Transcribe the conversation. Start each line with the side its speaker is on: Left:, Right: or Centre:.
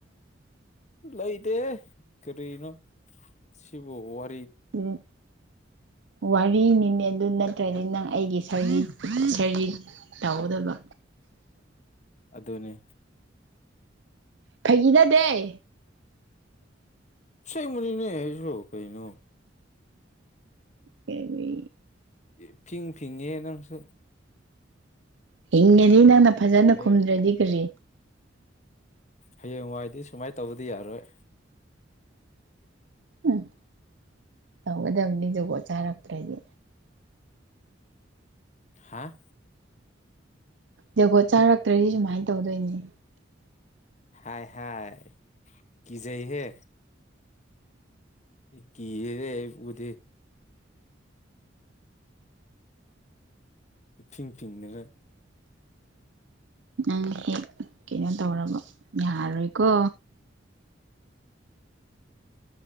Left: ꯂꯩꯇꯦꯍ‌ꯦ ꯀꯔꯤꯅꯣ ꯁꯤꯕꯨ ꯋꯥ
Right: ꯎꯝ ꯋꯥꯔꯤꯅꯤꯅꯦ ꯑꯗꯨ ꯅꯠꯇ꯭ꯔꯗꯤ ꯅꯪ ꯑꯩꯒꯤ ꯁꯔꯤ ꯁꯔꯤ ꯇꯧꯒꯗꯕ
Left: ꯑꯗꯨꯅꯦ
Right: ꯐꯥꯒꯤ ꯅꯠꯇ‌ꯦ
Left: ꯁ‌ꯦꯡꯕꯅꯤꯅ‌ꯦ ꯑꯩꯁꯨ ꯀꯔꯤꯅꯣ
Right: ꯀꯦꯕꯤ
Left: ꯏꯐꯤꯡ ꯐꯤꯡꯉꯦ ꯅꯪꯁꯨ
Right: ꯐꯤꯡꯉꯗꯤ ꯅꯪꯅ ꯐꯖꯅ
Left: ꯍꯌꯦꯡ
Right: ꯈꯨꯝꯗ꯭ꯔꯥꯗꯤ ꯀꯔꯤ
Left: ꯍꯌꯦꯡꯋꯥꯏꯗꯤ ꯁꯨꯃꯥꯏꯅ ꯇꯧꯕꯗꯤ ꯌꯥꯔꯣꯏ
Right: ꯎꯝ ꯇꯧꯒꯗꯕꯅꯤ ꯖꯨꯒꯣꯠ ꯆꯥꯔꯛꯇ꯭ꯔꯗꯤ
Left: ꯍꯥꯥ
Right: ꯖꯨꯒꯣꯠ ꯆꯥꯔꯛꯇ꯭ꯔꯗꯤ ꯁꯨꯃꯥꯏꯅ ꯇꯧꯗꯣꯏꯅꯦ
Left: ꯍꯥꯏ ꯍꯥꯏ ꯀꯖꯩꯍꯦ ꯀꯤꯔ‌ꯦꯍ‌ꯦ ꯑꯩꯈ‌ꯣꯏꯗꯤ ꯏꯐꯤꯡ ꯐꯤꯡꯗꯅ
Right: ꯅꯪ ꯍꯦꯛ ꯀꯩꯅꯣ ꯇꯧꯔꯕ ꯌꯥꯔꯣꯏꯀꯣ